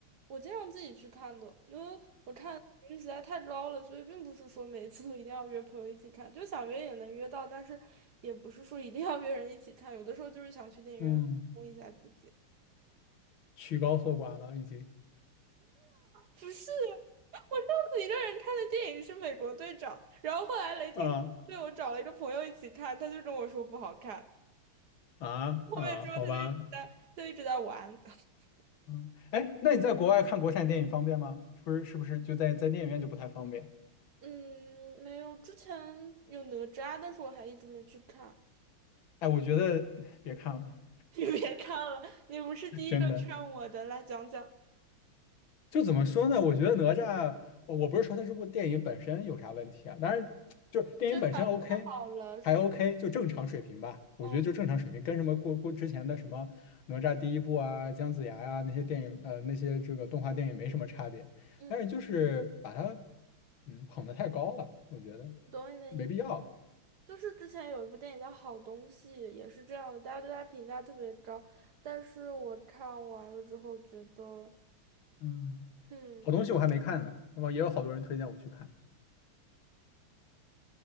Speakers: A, on the right; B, on the left.
A: 我经常自己去看的，因为我看频率实在太高了，所以并不是说每一次都一定要约朋友一起看，就想约也能约到，但是也不是说一定要约人一起看，有的时候就是想去电影院放松一下自己。
B: 嗯，曲高和寡了已经。
A: 不是，我上次一个人看的电影是《美国队长》，然后后来雷霆队我找了一个朋友一起看，
B: 啊
A: 他就跟我说不好看。
B: 啊啊，
A: 后面之后他就一直在，
B: 好吧。
A: 他就一直在玩。<laughs>
B: 嗯，哎，那你在国外看国产电影方便吗？是不是是不是就在在电影院就不太方便？
A: 嗯，没有，之前有哪吒，但是我还一直没去看。
B: 哎，我觉得别看了，
A: <laughs> 你别看了，你不是第一个劝我的，
B: 真的。
A: 来讲讲，
B: 就怎么说呢？我觉得哪吒，我我不是说它这部电影本身有啥问题啊，当然就是电影本身
A: 真的
B: OK，
A: 好了是不？
B: 还 OK，就正常水平吧。我觉得就正常水平，
A: 嗯
B: 跟什么过过之前的什么哪吒第一部啊、姜子牙呀、那些电影呃那些这个动画电影没什么差别，
A: 嗯，
B: 但是就是把它嗯捧的太高了，我觉得
A: 我懂你的意思。
B: 没必要。
A: 就是之前有一部电影叫《好东西》，也是这样的，大家对他评价特别高，但是我看完了之后觉得。
B: 嗯。
A: 嗯，
B: 好东西我还没看呢，那么也有好多人推荐我去看